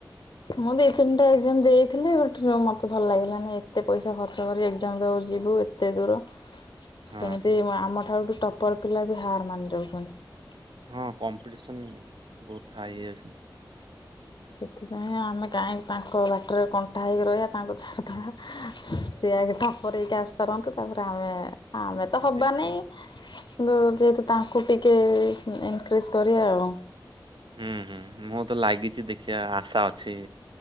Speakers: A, on the left; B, on the right.
A: ମୁଁ ବି ତିନିଟା ଏକ୍ଜାମ ଦେଇଥିଲି ବଟ୍ ମୋତେ ଭଲ ଲାଗିଲାନି ଏତେ ପଇସା ଖର୍ଚ୍ଚ କରି ଏକ୍ଜାମ ଦବାକୁ ଯିବୁ ଏତେ ଦୂର
B: ହଁ
A: ସେମିତି
B: ହଁ
A: ଆମଠାରୁ ଠୁ ଟପର୍ ପିଲା ବି ହାର ମାନିଯାଉଚନ୍ତି।
B: ହଁ କମ୍ପିଟିସନ ବହୁତ ହାଇ ଏସ୍।
A: ସେଥିପାଇଁ ଆମେ କାହିଁକି ତାଙ୍କ ବାଟରେ କଣ୍ଟା ହେଇକି ରହିବା ତାଙ୍କୁ ଛାଡିଦବା। ସେ ଆଗେ ଟପର ହେଇକି ଆସି ରନ୍ତୁ ତାପରେ ଆମେ ଆମେ ତ ହବାନାଇ
B: ଦେଖିବା
A: କିନ୍ତୁ ଯେହେତୁ ତାଙ୍କୁ ଟିକେ ଇନକ୍ରିଜ୍ କରିବା ଆଉ।
B: ହୁଁ ହୁଁ ମୁଁ ତ ଲାଗିଛି ଦେଖିବା ଆଶା ଅଛି।